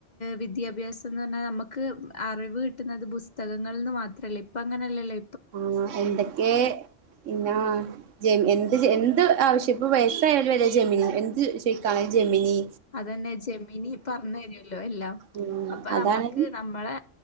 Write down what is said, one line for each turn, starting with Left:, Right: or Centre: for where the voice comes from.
Left: വിദ്യാഭ്യാസം എന്ന് പറഞ്ഞാൽ നമുക്ക് അറിവ് കിട്ടുന്നത് പുസ് പുസ്തകങ്ങളിൽ നിന്ന് മാത്രല്ലേ ഇപ്പം അങ്ങനല്ലല്ലേ
Right: ആഹ് എന്തൊക്കെ പിന്നാ എന്ത് എന്ത് ആവശ്യം ഇപ്പം വയസ്സായവരുവരെ ജമിനി എന്ത് ചോയിക്കാനും ജമീനി
Left: അതന്നെ ജെമിനി പറഞ്ഞ് തരുമല്ലോ എല്ലാം
Right: ഉം
Left: അപ്പൊ
Right: അതാണ്
Left: നമുക്ക് നമ്മളെ